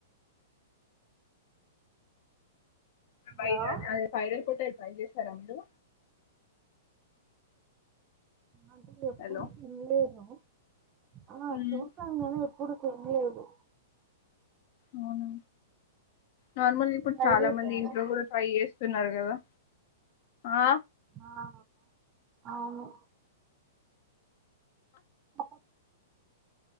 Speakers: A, on the left (about 50°); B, on the right (about 25°).
A: బయట
B: హలో
A: అదే ఫ్రైడ్ రైస్ పెట్టాను ట్రై చేశారా అండి
B: అంటే ఎప్పుడు
A: హలో
B: తినలేదు ఆ
A: ఉమ్,
B: చూశాను ఎప్పుడు తినలేదు
A: అవునా నార్మల్
B: మీరు
A: ఇప్పుడు
B: ట్రై
A: చాలా
B: చేశారా?
A: మంది ఇంట్లో కూడా ట్రై చేస్తున్నారు కదా ఆ
B: ఆ అవును ప